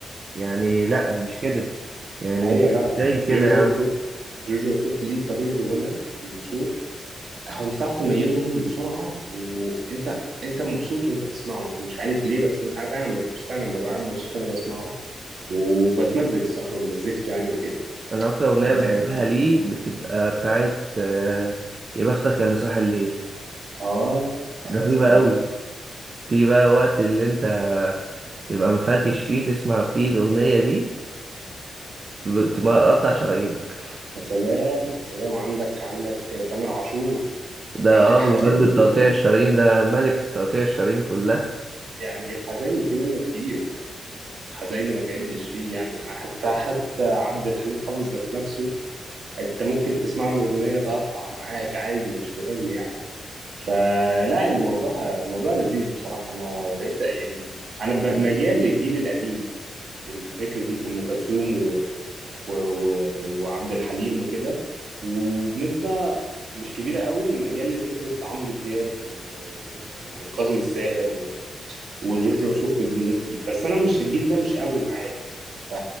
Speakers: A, on the right (about 35°); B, on the right (about 65°).
A: يعني لا مش كده يعني
B: ايوه
A: انت
B: لا
A: ازاي كده
B: جورج
A: يا عم
B: وسوف جورج وسوف ليه طريقه غنى وصوت هو انت تعرف تميزهم بسرعه وانت انت مبسوط وانت بتسمعه انت مش عارف ليه بس انت... انا فعلا ب... فعلا ببقى قاعد مبسوط وانا بسمعه وبتمزج الصراحه من مزيكته يعني وكده
A: انا اكتر اغنيه
B: اه
A: بحبها ليه بتبقى بتاعت آه، يا بختك يا اللي صاحي الليل
B: آه،
A: رهيبه
B: يا سلام
A: قوي تيجي بقى وقت اللي انت تبقى مفركش فيه تسمع فيه الاغنيه دي تب- تبقى قطع شرايينك
B: يا سلام يا سلام عندك عندك تامر عاشور
A: ده
B: عند
A: اه
B: الحزيني
A: بمناسبه تقطيع الشرايين ده ملك تقطيع الشرايين كلها
B: يعني الحزيني في منه كتير حزيني ما تعدش فيه يعني حتى حتى عبد الحليم حافظ ذات نفسه انت ممكن تسمع له اغنيه تقطع معاك عادي مش مهم يعني فلا الموضوع موضوع لذيذ بصراحه انا بقيت يعني انا ب- ميال للجيل القديم الفكر دي في ام كلثوم و... و... و... وعبد الحليم وكده وبنسبه مش كبيره قوي ميال لفكره عمرو دياب و... و... والكاظم الساهر وجورج وسوف والناس دي بس انا مش الجيل ده مش قوي معاه ف